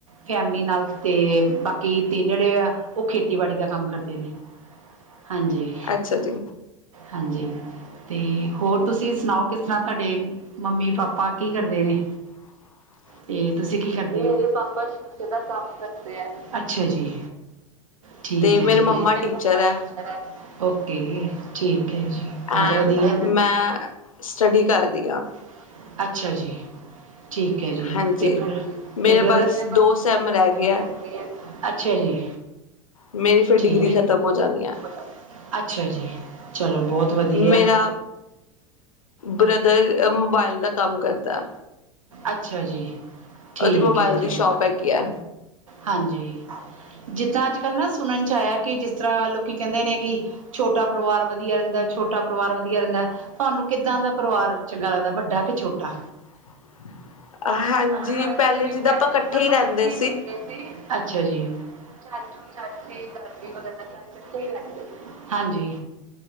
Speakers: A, on the right; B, on the left.
A: ਫੈਮਿਲੀ ਨਾਲ, ਤੇ ਬਾਕੀ ਤਿੰਨ ਜਿਹੜੇ ਆ ਉਹ ਖੇ ਖੇਤੀਬਾੜੀ ਦਾ ਕੰਮ ਕਰਦੇ ਨੇ, ਹਾਂਜੀ,
B: ਅੱਛਾ ਜੀ
A: ਹਾਂਜੀ। ਤੇ ਹੋਰ ਤੁਸੀਂ ਸੁਣਾਓ ਕਿਸ ਤਰ੍ਹਾਂ ਤੁਹਾਡੇ ਮੰਮੀ ਪਾਪਾ ਕੀ ਕਰਦੇ ਨੇ?
B: <inaudible>
A: ਤੇ ਤੁਸੀਂ ਕੀ ਕਰਦੇ ਹੋ? ਮੇਰੇ ਪਾਪਾ ਸ਼ੀਸ਼ੇ ਦਾ ਕੰਮ ਕਰਦੇ ਐ। ਅੱਛਾ ਜੀ। ਠੀਕ
B: ਤੇ
A: ਹੈ
B: ਮੇਰੇ
A: ਜੀ।
B: ਮੰਮਾ
A: <unintelligible>
B: ਟੀਚਰ ਹੈ
A: ਓਕੇ, ਠੀਕ ਹੈ ਜੀ ਬਹੁਤ
B: ਐਂਡ
A: ਵਧੀਆ।
B: ਮੈਂ ਸਟੱਡੀ ਕਰ ਰਹੀ ਹਾ
A: ਹਾਂ। ਅੱਛਾ ਜੀ। ਠੀਕ ਆ ਜੀ
B: ਹਾਂਜੀ
A: ਤੇ ਤੇ
B: ਮੇਰੇ
A: ਬ੍ਰਦਰ
B: ਬਸ
A: <unintelligible>
B: ਦੋ ਸੈਮ ਰਹਿ ਗਏ ਹੈ
A: ਅੱਛਾ ਜੀ।
B: ਮੇਰੀ ਫਿਰ
A: ਠੀਕ
B: ਡਿਗਰੀ ਖਤਮ ਹੋ ਜਾਣੀ ਐ।
A: ਜਾਂਦੀ ਅੱਛਾ ਜੀ ਚਲੋ ਬਹੁਤ ਵਧੀਆ
B: ਮੇਰਾ ਬਰਦਰ ਮੋਬਾਇਲ ਦਾ ਕੰਮ ਕਰਦਾ ਐ।
A: ਅੱਛਾ ਜੀ। ਠੀਕ
B: ਮੋਬਾਇਲ
A: ਹੈ
B: ਦੀ
A: ਜੀ,
B: ਸ਼ੋਪ ਹੈਗੀ ਹੈ
A: ਹਾਂਜੀ। ਜਿੱਦਾਂ ਅੱਜ ਕੱਲ ਨਾ ਸੁਣਨ 'ਚ ਆਇਆ ਕਿ ਜਿਸ ਤਰ੍ਹਾਂ ਲੋਕੀ ਕਹਿੰਦੇ ਨੇ ਕਿ ਛੋਟਾ ਪਰਿਵਾਰ ਵਧੀਆ ਰਹਿੰਦਾ, ਛੋਟਾ ਪਰਿਵਾਰ ਵਧ ਵਧੀਆ ਰਹਿੰਦਾ। ਤੁਹਾਨੂੰ ਕਿੱਦਾਂ ਦਾ ਪਰਿਵਾਰ ਚੰਗਾ ਲੱਗਦਾ ਵੱਡਾ ਕਿ ਛੋਟਾ
B: <inaudible>
A: ਹਾਂਜੀ,
B: ਪਹਿਲੇ ਜਿੱਦਾਂ
A: ਪੈਹਿਲੇ
B: ਇਕੱਠੇ
A: ਜਿਦਾਂ ਆਪਾਂ
B: ਹੀ ਰਹਿੰਦੇ
A: ਇਕੱਠੇ ਰਹਿੰਦੇ ਸੀ। ਅੱਛਾ ਜੀ। ਚਾਚੂ ਚਾਚੀ, ਦਾਦੀ ਵਗੈਰਾ ਸਾਰੇ ਇਕੱਠੇ ਹੀ ਰਹਿੰਦੇ ਸੀ। ਹਾਂਜੀ।